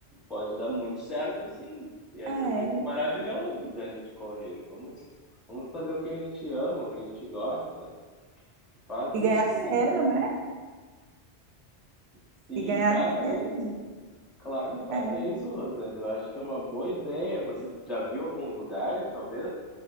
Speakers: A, in the centre; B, on the right.
A: Pode dar muito certo, sim. E esse
B: É,
A: é um risco
B: e
A: maravilhoso de a gente correr. Vamos, vamos fazer o que a gente ama, o que a gente gosta. Faz
B: e
A: isso,
B: ganhar dinheiro,
A: sim.
B: né?
A: Sim,
B: E ganhar
A: faça
B: dinheiro.
A: isso. Claro, faça
B: é.
A: isso, Rosângela. Eu acho que é uma boa ideia. Você já viu alguns lugares, talvez,